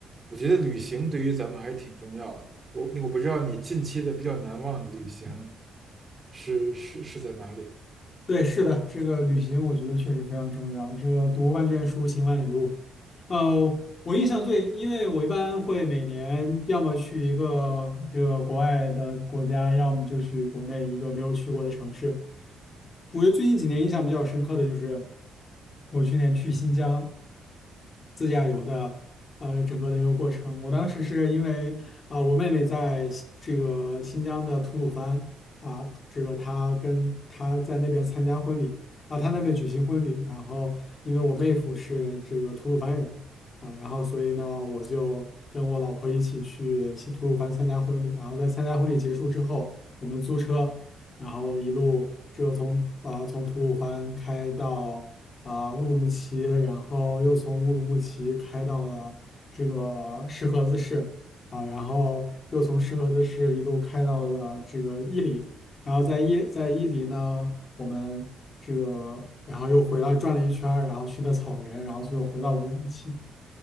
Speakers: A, on the right; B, on the left.
A: 我觉得旅行对于咱们还是挺重要的。我我不知道你近期的比较难忘的旅行是是是在哪里？
B: 对，是的，这个旅行我觉得确实非常重要。这个读万卷书，行万里路。呃，我印象最，因为我一般会每年要么去一个这个国外的国家，要么就去国内一个没有去过的城市。我觉得最近几年印象比较深刻的就是我去年去新疆自驾游的，呃，整个的一个过程。我当时是因为啊、我妹妹在新这个新疆的吐鲁番啊，这个她跟她在那边参加婚礼啊，她那边举行婚礼，然后因为我妹夫是这个吐鲁番人啊，然后所以呢，我就跟我老婆一起去新吐鲁番参加婚礼，然后在参加婚礼结束之后，我们租车。然后一路这个从啊、呃从吐鲁番开到啊、乌鲁木齐，然后又从乌鲁木齐开到了这个石河子市啊、然后又从石河子市一路开到了这个伊犁，然后在伊在伊犁呢，我们这个然后又回来转了一圈儿，然后去的草原，然后最后回到乌鲁木齐。